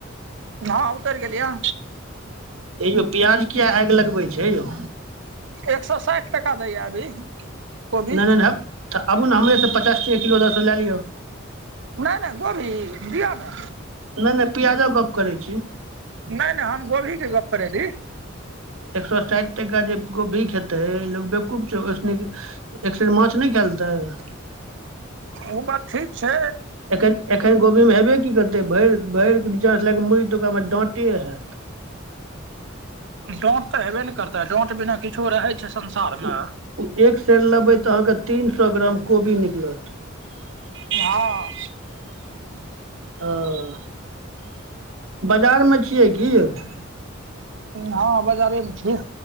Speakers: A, on the right; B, on the right.
A: न उतैर गेलै यऽ।
B: हे यौ प्याज किया आगि लगबै छै यौ।
A: एक सौ साठि टाका दैय यऽ अभी। कोबी
B: नै- नै हब तऽ आबू ने हमरेसँ पचास टके किलो लए लिअ।
A: नै- नै गोभी दियऽ ने।
B: नै- नै पियाजक गप्प करै छी।
A: नै- नै हम गोभी के गप्प करे री।
B: एक सए साठि टाका जे गोभी खेतै, लोक बेवकूप छै, ओसे निक एकसेर माछ नहि खै लेतैऽ।
A: ओ बात ठीक छै।
B: एखन -एखन गोभी मे हेबे की करतै, भरि- भरि नीचा लए क मुड़ तऽ ओकरा में डाँटे हैत।
A: डांट तऽ हेबे ने करतै, डांट बिना किछो रहै छै संसार
B: ओ
A: में।
B: एक सेर लेबै तऽ अहाँके तीन सए ग्राम कोबी निकलत।
A: हँ।
B: ह। बाजार में छियै की यौऽ।
A: हँ बाजारे मे छीयै।